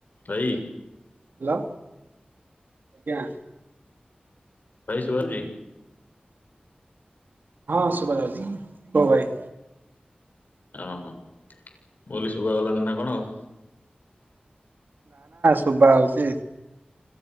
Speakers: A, on the left; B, on the right.
A: ଭାଇ
B: ହ୍ୟାଲୋ ଆଜ୍ଞା।
A: ଭାଇ ସୁବା ଯାଉଛି।
B: ହଁ ସୁବା ଯାଉଛି। ହ ଭାଇ।
A: ଓ ହୋ। ମୁଁ କହିଲି ଶୋଭା ଗଲାଣି ନା କଣ ଆଉ?
B: ଶୁଭାଯାଉଛି?